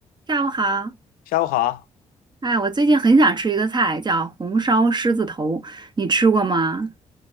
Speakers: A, on the right; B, on the left.
A: 下午好，
B: 下午好，
A: 哎，我最近很想吃一个菜，叫红烧狮子头，你吃过吗？